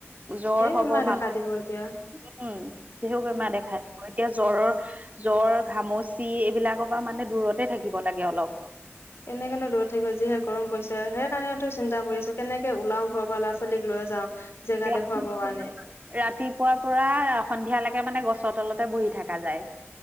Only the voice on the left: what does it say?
ধেৰ
বেমাৰ
দেখা দিব এতিয়া
উম
এনেকা নু দূৰত থাকিব যি হে গৰম পৰছ সেই কাৰণে তো চিন্তা কৰিছো কেনেকে উলাও ঘৰৰ পৰা ল'ৰা ছোৱালীক লৈ যাও জেগা
দেখুৱাবৰ কাৰণে